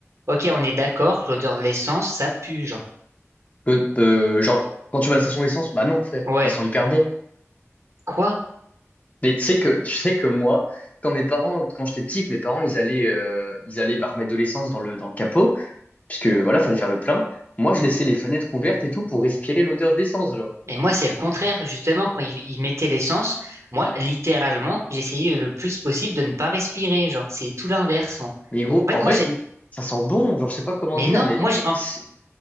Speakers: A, on the right; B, on the left.
A: Ok, on est d'accord, l'odeur de l'essence, ça pue, genre.
B: Peu- peu- genre, quand tu vas à la station essence, bah non, frère,
A: Ouais.
B: ça sent hyper bon.
A: Quoi?
B: Mais tu sais que, tu sais que moi, quand mes parents, quand j'étais petit, que mes parents, ils allaient, euh, ils allaient bah, remettre de l'essence dans le, dans le capot, puisque voilà, fallait faire le plein. Moi, je laissais les fenêtres ouvertes et tout pour respirer l'odeur d'essence, genre.
A: Mais moi, c'est le contraire, justement, quand ils, ils mettaient l'essence, moi, littéralement, j'essayais le plus possible de ne pas respirer, genre, c'est tout l'inverse, moi.
B: Mais gros,
A: En fait,
B: en
A: moi,
B: vrai,
A: j'ai,
B: ça sent bon, genre, je sais pas comment
A: mais
B: dire,
A: non,
B: mais
A: moi, j'ai, en
B: c'est-
A: f-